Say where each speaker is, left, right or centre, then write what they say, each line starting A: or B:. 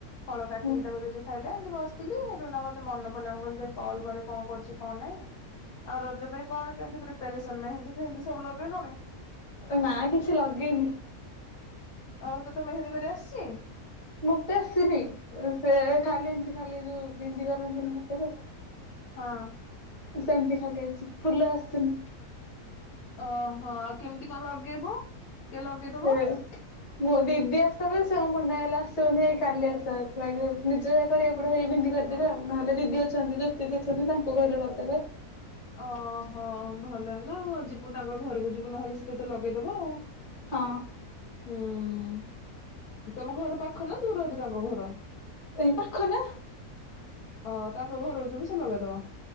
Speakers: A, on the left (about 75°); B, on the left (about 50°).
A: ଫଳ କାଟିକି
B: ହଁ
A: ତାକୁ ଦେଲି ଖାଇଲା ଏମତି ବସିଥିଲି ସେଠୁ ତ ମନେ ପଡିଲ ମୁଁ କହିଲ ଟିକେ କଲ୍ କରେ କଣ କରୁଛି କଣ ନାଇଁ ଆଉ ରଜ ପାଇଁ କଣ କେମତି ପ୍ରିପାରେସନ ମେହେନ୍ଦି ଫେହେନ୍ଦି ସବୁ ଲଗେଇଲୁଣି?
B: ନା କିଛି ଲଗେଇନି।
A: ଆଉ ତତେ ମେହେନ୍ଦୀ କରି ଆସିଚ?
B: ମତେ ଆସିନି ସେ ଖାଲି ଏମତି ଖାଲି ଯୋଉ ବିନ୍ଦି କରନ୍ତିନି ହାତରେ
A: ହଁ।
B: ସେମିତି ଖାଲି ଆଇଛି। ଫୁଲ ଆସିନି
A: ଓହୋ ଆଉ କେମିତି କଣ ଲଗେଇବୁ କିଏ ଲଗେଇଦବ?
B: ସେ ମୋ ଦିଦି ଆସ ବ ସେ ମନା କଲେ ଆସିବନି ଏଇ କାଲି ଆସ ନିଜ ଯା କରିବା ପଡିବ। ହେଇ ବିନ୍ଦି କରିଦେବି। ନହେଲେ ଦିଦି ଅଛନ୍ତି ଜ୍ୟୋତିଦି ଅଛନ୍ତି ତାଙ୍କୁ କହିଲେ କରିଦେବେ।
A: ଓହୋ ଭଲ ହେଲା ଆଉ ଯିବୁ ତାଙ୍କ ଘରକୁ ଯିବୁ ନହେଲେ ସେ ତତେ ଲଗେଇଦେବେ ଆଉ
B: ହଁ।
A: ହୁଁ। ତମ ଘର ପାଖ ନା ଦୂର? ତାଙ୍କ ଘର
B: ଏ ପାଖ ନା
A: ଅ ତାଙ୍କ ଘରକୁ ଯିବୁ ସେ ଲଗେଇଦବ